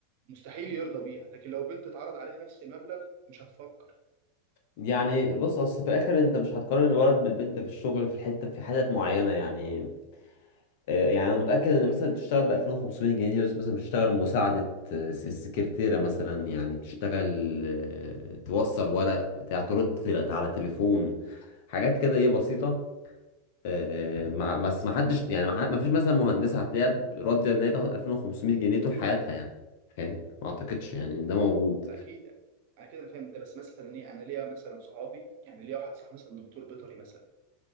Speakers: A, on the right; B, on the left.
A: مستحيل يرضى بيها لكن لو بنت اتعرض عليها نفس المبلغ مش هتفكر
B: يعني بص اصل في الاخر انت مش هتقارن الولد بالبنت في الشغل في الحته في حتت معينه يعني آه، يعني انا متاكد ان مثلا بتشتغل ب 2500 جنيه بس مثلا بتشتغل مساعده آه، س- سكرتيره مثلا يعني بتشتغل آه، توصل ورق بتاع ترد تل- على تليفون حاجات كده ايه بسيطه آه، آه، مع بس ما حدش يعني ما فيش مثلا مهندسه هتلاقيها ب- راضيه ان هي تاخد 2500 جنيه طول حياتها يعني فاهم ما اعتقدش يعني إن ده موجود
A: اكيد اكيد انا فاهم ده بس مثلا ايه انا ليا مثلا صحابي يعني ليا واحد صاحبي مثلا دكتور بيطري مثلا